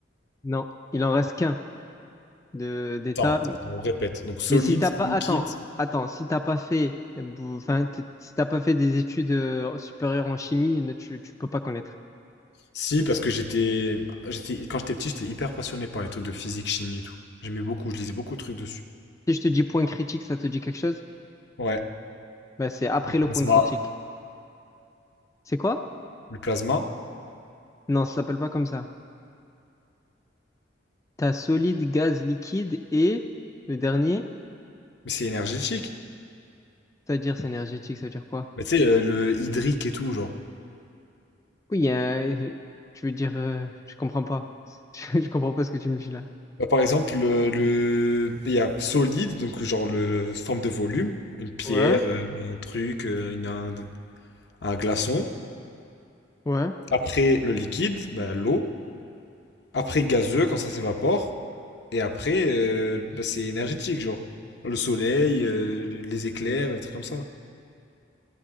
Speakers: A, on the left; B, on the left.
A: Non, il en reste qu'un de d'état.
B: Attends, attends, on répète. Donc solide,
A: Mais si t'as pas...
B: liquide,
A: Attends, attends. Si t'as pas fait... euh, bou- Enfin, t- si t'as pas fait des études euh, supérieures en chimie, ne- tu, tu peux pas connaître.
B: Si, parce que j'étais, j'étais, quand j'étais petit, j'étais hyper passionné par les trucs de physique, chimie et tout. J'aimais beaucoup, je lisais beaucoup de trucs dessus.
A: Si je te dis point critique, ça te dit quelque chose?
B: Ouais.
A: Bah, c'est après
B: Le plasma.
A: le point critique. C'est quoi?
B: Le plasma,
A: Non, ça s'appelle pas comme ça. T'as solide, gaz, liquide et le dernier,
B: mais c'est énergétique.
A: c'est-à-dire c'est énergétique, ça veut dire quoi?
B: Bah, tu sais, euh, le hydrique et tout, genre.
A: Oui, il y a un- tu veux dire, euh, je comprends pas. <laughs> Je, je comprends pas ce que tu me dis là.
B: Bah, par exemple, le, le- il y a solide, donc genre le forme de volume, une pierre,
A: Ouais,
B: euh, un truc, euh, une- un, un glaçon.
A: ouais.
B: Après, le liquide, bah, l'eau. Après gazeux quand ça s'évapore. Et après, euh, bah, c'est énergétique, genre. Le soleil, euh, les éclairs, des trucs comme ça.